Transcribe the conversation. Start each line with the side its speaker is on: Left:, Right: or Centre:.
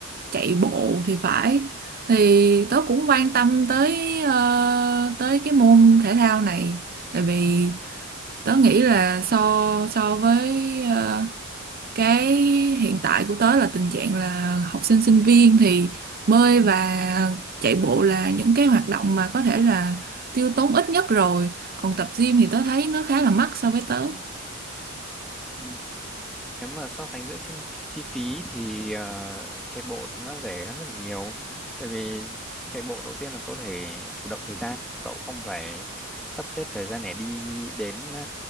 Right: chạy bộ thì phải thì tớ cũng quan tâm tới ờ, tới cái môn thể thao này tại vì tớ nghĩ là so so với ờ, cái hiện tại của tớ là tình trạng là học sinh sinh viên thì bơi và chạy bộ là những cái hoạt động mà có thể là tiêu tốn ít nhất rồi còn tập gym thì tớ thấy nó khá là mắc so với tớ
Centre: Ừ. nếu mà so sánh giữa trên chi phí thì ờ, chạy bộ thì nó rẻ hơn rất là nhiều tại vì chạy bộ đầu tiên là có thể chủ động thời gian cậu không phải sắp xếp thời gian để đi đến ờ,